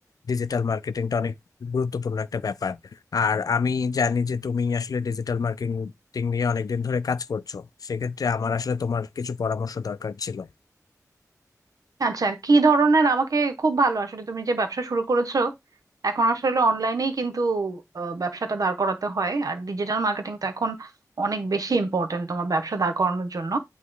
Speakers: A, on the left (about 75°); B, on the right (about 70°).
A: ডিজিটাল মার্কেটিংটা অনেক গুরুত্বপূর্ণ একটা ব্যাপার আর আমি জানি যে তুমি আসলে ডিজিটাল মার্কেটিং নিয়ে অনেকদিন ধরে কাজ করছো সেক্ষেত্রে আমার আসলে তোমার কিছু পরামর্শ দরকার ছিল
B: আচ্ছা কি ধরনের আমাকে খুব ভালো আসলে তুমি যে ব্যবসা শুরু করেছো এখন আসলে অনলাইনেই কিন্তু আহ, ব্যবসাটা দাঁড় করাতে হয় আর ডিজিটাল মার্কেটিং তো এখন অনেক বেশি ইম্পর্ট্যান্ট তোমার ব্যবসা দাঁড় করানোর জন্য